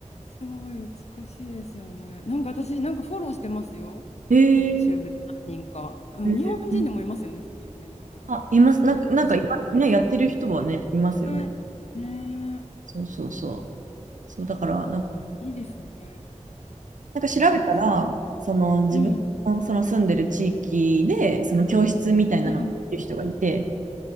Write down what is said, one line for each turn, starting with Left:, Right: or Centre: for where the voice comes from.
Left: すごい美しいですよね。なんか私、なんかフォローしてますよ。
Right: へえ
Left: YouTube で何人か。うん、
Right: ー、へえ
Left: 日本人でもいますよね、すごい有名な方が。
Right: あ、います。なんか、なんか今、
Left: フジロックとか出てる。
Right: ね、やってる人はね、いますよね。
Left: ね。ね
Right: そうそうそう。そう、だから、
Left: ああ、
Right: なんか、
Left: いいですね。
Right: なんか調べたら、
Left: 珍しい。
Right: その自分のその住んでる地域で、
Left: うん。
Right: その教室みたいなのをやってる人がいて、
Left: うんうん。